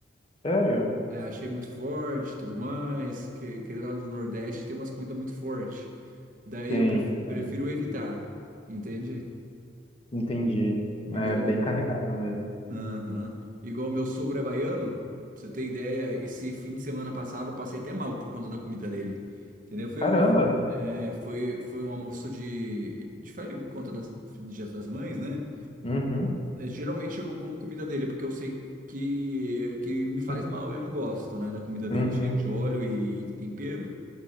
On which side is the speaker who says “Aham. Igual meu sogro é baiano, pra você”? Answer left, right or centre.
Right